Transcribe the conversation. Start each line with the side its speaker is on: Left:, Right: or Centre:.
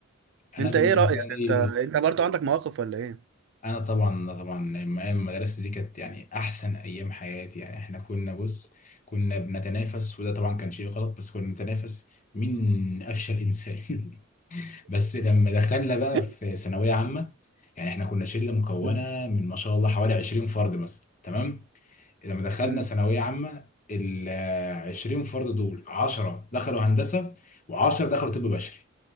Left: انا
Right: انت
Left: بالنسبة
Right: ايه رأيك
Left: لي
Right: انت انت برضو عندك مواقف ولا ايه
Left: انا طبعا طبعا ايام المدرسه دي كانت يعني احسن ايام حياتي يعني احنا كنا بص كنا بنتنافس وده طبعا كان شيء غلط بس كنا بنتنافس مين افشل انسان <laughs> بس لما دخلنا بقى
Right: <laughs>
Left: في ثانويه عامه يعني احنا كنا شله مكونه
Right: مم.
Left: من ما شاء الله حوالي 20 فرد مثلا تمام لما دخلنا
Right: مم.
Left: ثانويه عامه ال 20 فرد دول 10 دخلوا هندسه و10 دخلوا طب بشري